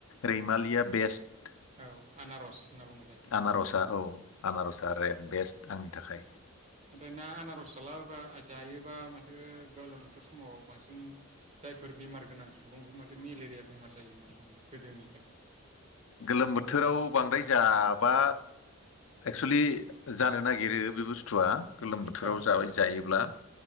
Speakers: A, on the left; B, on the right.
A: रैमालिया बेस्ट।
B: औ आनारस। होनना बुङो जायखौ नङा होमबा
A: आनारसा
B: नोंथां
A: औ आनारसा रे बेस्ट आंनि थाखाय।
B: ओमफ्राय ना आनारसाला बा जायो। बा माथो गोलोम बोथोर समाव बांसिन जायफोर बेमार गोनां सुबुंफोर माथो मेलेरेया बेमार बेमार जायो होनना बुङो गोदोनिफ्राय।
A: गोलोम बोथोराव बांद्राय जाबा। एक्सुलि जानो नागिरो बे बुस्थुआ। गोलोम बोथोराव
B: औ
A: जाबाय जायोब्ला